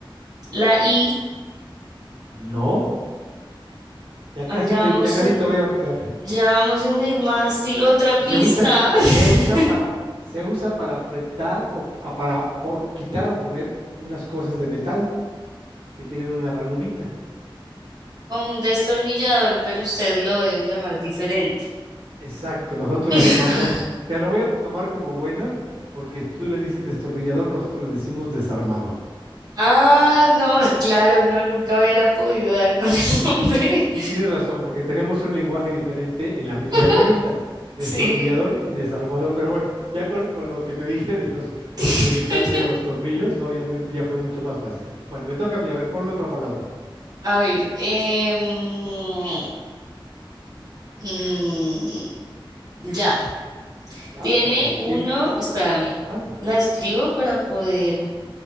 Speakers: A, on the right; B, on the right.
A: La I.
B: no. Ya casi
A: Ah, Ya
B: te,
A: vamos
B: ya casi
A: en,
B: te voy a ahorcar.
A: ya vamos en el mástil,
B: Se
A: otra
B: se
A: pista.
B: usa, se
A: <laughs>
B: usa para, se usa para apretar o pa- para por- quitar o poner unas cosas de metal que tienen una ranurita.
A: Como un destornillador, pero ustedes lo deben llamar diferente.
B: Exacto, nosotros
A: <laughs>
B: lo llamamos, te lo voy a tomar como buena, porque tú le dices destornillador, nosotros le decimos desarmador.
A: Ah, no, claro, no, nunca hubiera podido dar con el nombre.
B: Sí, tienes razón, porque tenemos un lenguaje diferente en la misma
A: <laughs>
B: herramienta, destornillador
A: Sí.
B: y desarmador. Pero bueno, ya con, con lo que te dije de los
A: <laughs>
B: de metal que eran los tornillos, obviamente ya fue mucho más fácil. Bueno, me toca a mí, a ver, ponme otra palabra.
A: A ver, em, mm, ya.
B: ¿Ya?
A: Tiene
B: Ok,
A: uno,
B: tiene,
A: espérame,
B: ajá,
A: la escribo para poder